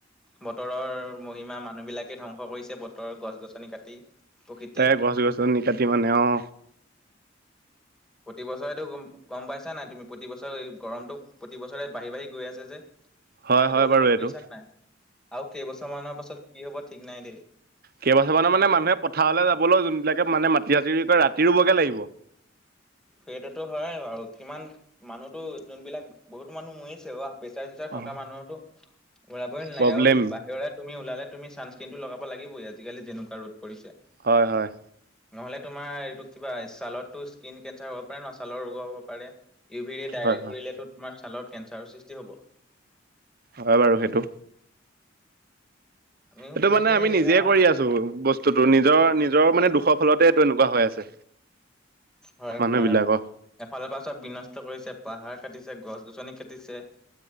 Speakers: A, in the centre; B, on the right (about 50°).
A: বতৰৰ মহিমা মানুহ বিলাকে ধ্বংস কৰিছে বতৰৰ গছ গছনি কাটি। প্ৰকৃতি
B: তাই গছ গছনি কাটি মানে আও
A: প্ৰতি বছৰেটোম গম পাইছা নাই তুমি প্ৰতি বছৰে গৰমটো প্ৰতি বছৰে বাঢ়ি বাঢ়ি গৈ আছে যে। সেইটো
B: হয় হয়
A: অনুভৱ
B: বাৰু
A: কৰিছা
B: এইটো
A: ন নাই আৰু কেইবছৰ মানৰ পাছত কি হব ঠিক নাই দেই।
B: কেইবাছানৰ মানে মানুহে পথাৰলৈ যাবলৈও যোনবিলাকে মানে মাটি সাজিৰি কৰে ৰাতি ৰুবগে লাগিব
A: সেইটোতো হয় বাৰু কিমান মানুহতো যোনবিলাক বহুতো মানুহ মৰিছে বা প্ৰেচাৰ চেচাৰ
B: অ
A: থকা মানুহতো ওলাবই নালাগে
B: প্ৰব্লেম
A: আৰু বাহিৰ তুমিওলালে তুমি চানস্ক্ৰীনটো লগাব লাগিবই আজিকালি যেনেকুৱা ৰদ পৰিছে
B: হয় হয়
A: নহলে তোমাৰ এইটো কিবা ছালতো স্কিন কেঞ্চাৰ হ'ব পাৰে ন ছালৰ ৰোগ হ'ব পাৰে ইউ ভ ডাইৰেক্ট
B: হয় হয়
A: পৰিলেতো তোমাৰ ছালত কেঞ্চাৰৰ সৃষ্টি হ'ব
B: হয় বাৰু সেইটো
A: আমিও
B: এইটো
A: তেনেকে
B: মানে আমি
A: এয়া
B: নিজে কৰি আছো বস্তুতটো নিজৰ নিজৰ মানে দুখ ফলতে এইটো এনেকুৱা হৈ আছে
A: হয়
B: মানুহ
A: হয়
B: বিলাকৰ
A: এফালৰ পৰা চব বিন কষ্ট কৰিছে পাহাৰ কাটিছে গছ গছনি কাটিছে